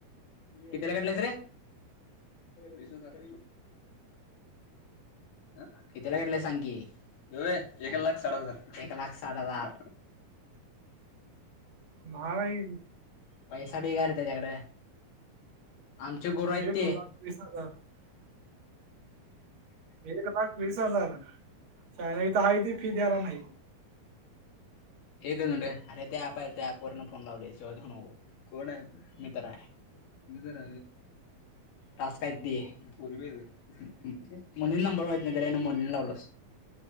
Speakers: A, on the left (about 80°); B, on the right (about 45°).
A: किथीला घेतलायस रे वीस हजार अ कितीला घेतलय सांग की ह्यो एक लाख साठ हजार एक लाख साठ हजार
B: महागाई
A: पैसा देगारं त्याच्याकडं आमचे गुरु आहेत
B: रे एक
A: ते
B: लाख वीस हजार एक लाख वीस हजार च्यायला इथं आहे ती फी द्यायला नाही.
A: एकच म्हनतोय अरे ते ऍप आहे त्या ऍप वरून फोन लावल्या शिवाय कोण आहे? मितर्र आहे. मी तर तास काही पोरी पाज मुनं नंबर माहितीन ते आहे मुनलावळो